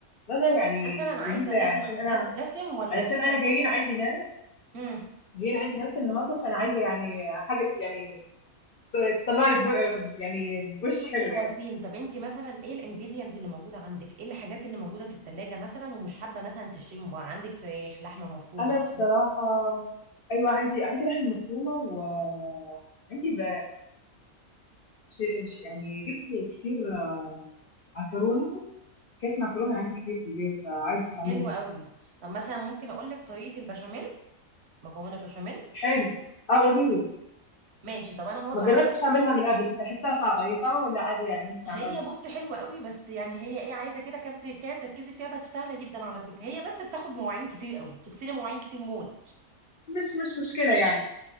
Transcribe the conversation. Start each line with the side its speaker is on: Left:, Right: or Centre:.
Left: غدا يعني
Right: مثلا عايزه
Left: لذيذه
Right: غدا
Left: يعني عشان انا
Right: غدا دسم ولا
Left: علشان
Right: غدا
Left: انا جايين عندي ناس
Right: امم
Left: جايين عندي ناس النهارده فانا عايزه يعني حاجه يعني ت- تطلعني بو يعني بوش
Right: بصي
Left: حلو
Right: يا
Left: يعني
Right: واتين طب انت مثلا ايه الانجيديانت اللي موجوده عندك ايه الحاجات اللي موجوده في التلاجة مثلا ومش حابه مثلا تشتري من بره عندك فراخ لحمه مفرومه
Left: انا
Right: لحمه
Left: بصراحه ايوه عندي عندي لحم مفرومه وعندي ب... ش... ش... يعني جبت كتير آه، عكرونه كيس معكرونه عندي كتير في البيت فعايزه استعملهم
Right: حلوه قوي طب مثلا ممكن اقول لك طريقه البشاميل مكونه بشاميل
Left: حلو اه قولي لي
Right: ماشي طب انا برضه
Left: ما جربتش
Right: عايزه
Left: اعملها من قبل كنت احسها صعبه هي صعبه ولا عادي يعني ممكن
Right: هي
Left: اعملها
Right: بص حلوة قوي بس يعني هي ايه عايزة كده كام تكاية تركزي فيها بس سهلة جدا على فكرة هي بس بتاخد مواعين كتير قوي تغسلي مواعين كتير موت
Left: مش مش مشكله يعني